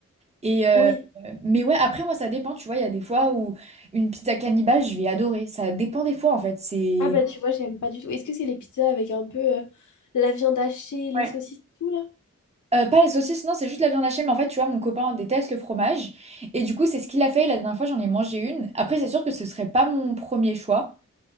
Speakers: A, on the right; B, on the left.
A: Et euh,
B: Oui.
A: euh, mais ouais, après moi ça dépend, tu vois, il y a des fois où une pizza cannibale, je vais adorer. Ça dépend des fois en fait. C'est
B: Ah bah tu vois, j'aime pas du tout. Est-ce que c'est les pizzas avec un peu euh, la viande hachée, les
A: Ouais.
B: saucisses, tout là?
A: euh, pas les saucisses, non, c'est juste la viande hachée, mais en fait, tu vois, mon copain déteste le fromage. Et du coup, c'est ce qu'il a fait. La dernière fois, j'en ai mangé une. Après, c'est sûr que ce serait pas mon premier choix.